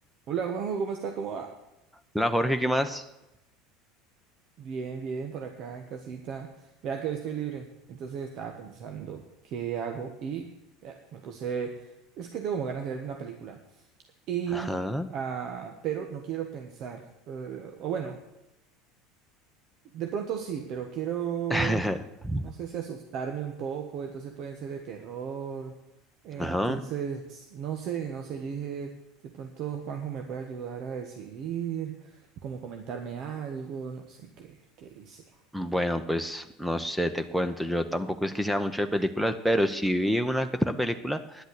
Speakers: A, on the right (about 55°); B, in the centre.
A: Hola Juanjo, ¿cómo está? ¿Cómo va?
B: La Jorge, ¿qué más?
A: Bien, bien, por acá en casita. Vea que hoy estoy libre. Entonces estaba pensando qué hago y eh, me puse, es que tengo como ganas de ver una película. Y,
B: Ajá.
A: ah, pero no quiero pensar, eh, o bueno, De pronto sí, pero quiero,
B: <laughs>
A: no sé si asustarme un poco, entonces pueden ser de terror. Entonces,
B: Ajá.
A: no sé, no sé, yo dije, de pronto Juanjo me puede ayudar a decidir, como comentarme algo, no sé qué, qué dice.
B: Bueno, pues no sé, te cuento. Yo tampoco es que sea mucho de películas, pero si vi una que otra película,